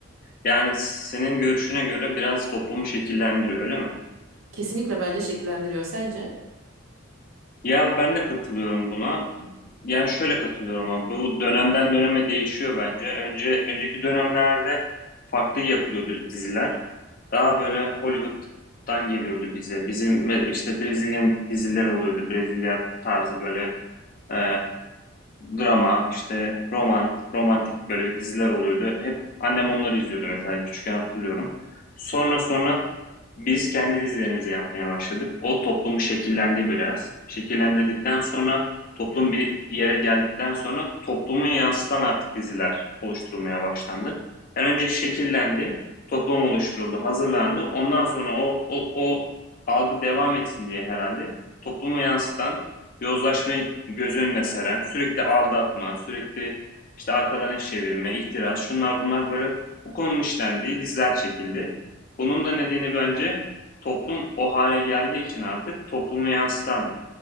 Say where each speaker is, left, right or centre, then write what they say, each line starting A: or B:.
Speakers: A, on the left; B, on the right.
A: Yani senin görüşüne göre biraz toplumu şekillendiriyor, öyle mi?
B: Kesinlikle bence şekillendiriyor. Sence?
A: Ya ben de katılıyorum buna. Yani şöyle katılıyorum ama bu dönemden döneme değişiyor bence. Önce önceki dönemlerde farklı yapılıyordu diziler. Daha böyle Hollywood'dan geliyordu bize. Bizim işte Brezilyan dizileri oluyordu. Brezilya tarzı böyle e, drama, işte roman, romantik böyle diziler oluyordu. Hep annem onları izliyordu mesela küçükken hatırlıyorum. Sonra sonra biz kendi dizilerimizi yapmaya başladık. O toplumu şekillendi biraz. Şekillendirdikten sonra toplum bir yere geldikten sonra toplumu yansıtan artık diziler oluşturulmaya başlandı. Yani önce şekillendi toplum oluşturuldu, hazırlandı. Ondan sonra o o o algı devam etsin diye herhalde toplumu yansıtan, yozlaşmayı göz önüne seren, sürekli aldatma, sürekli işte arkadan iş çevirme, ihtiras, şunlar bunlar böyle bu konunun işlendiği diziler çekildi. Bunun da nedeni bence toplum o hale geldiği için artık toplumu yansıtan